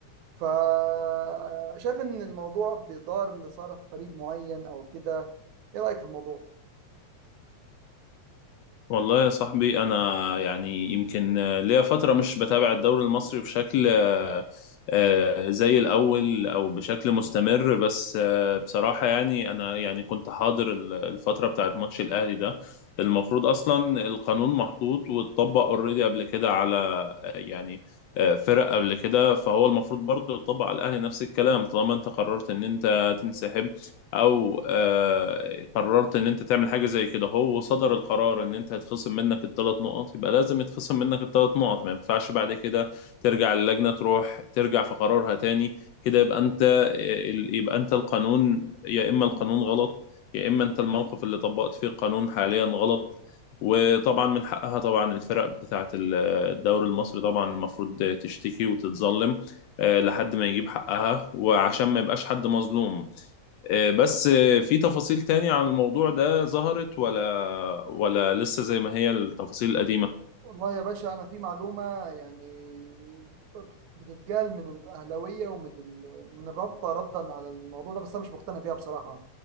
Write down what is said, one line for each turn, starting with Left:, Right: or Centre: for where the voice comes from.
Right: فشايف ان الموضوع بيدار لصالح فريق معين او كده ايه رايك في الموضوع
Left: والله يا صاحبي انا يعني يمكن آه، ليا فتره مش بتابع الدوري المصري بشكل آه، آه، زي الاول او بشكل مستمر بس آه، بصراحه يعني انا يعني كنت حاضر ال- الفتره بتاعت ماتش الاهلي ده المفروض اصلا القانون محطوط واتطبق اوريدي قبل كده على يعني آه، فرق قبل كده فهو المفروض برضه يطبق على الاهلي نفس الكلام طالما انت قررت ان انت تنسحب او آه، قررت ان انت تعمل حاجه زي كده هو صدر القرار ان انت هيتخصم منك الثلاث نقط يبقى لازم يتخصم منك الثلاث نقط ما ينفعش بعد كده ترجع للجنه تروح ترجع في قرارها تاني كده يبقى انت يبقى انت القانون يا اما القانون غلط يا اما انت الموقف اللي طبقت فيه القانون حاليا غلط وطبعا من حقها طبعا الفرق بتاعت ال الدوري المصري طبعا المفروض تشتكي وتتظلم آه، لحد ما يجيب حقها وعشان ما يبقاش حد مظلوم آه، بس آه، في تفاصيل تانية عن الموضوع ده ظهرت ولا ولا لسه زي ما هي التفاصيل القديمة
Right: والله يا باشا أنا في معلومة يعني بت- بتتقال من الأهلاوية ومن ال... من الرابطة ردا على الموضوع ده بس أنا مش مقتنع بيها بصراحة